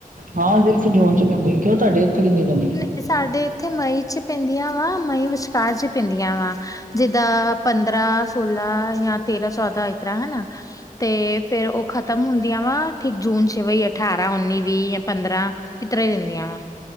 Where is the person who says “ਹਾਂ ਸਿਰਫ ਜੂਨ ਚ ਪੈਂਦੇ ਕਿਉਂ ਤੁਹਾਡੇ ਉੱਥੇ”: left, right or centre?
Right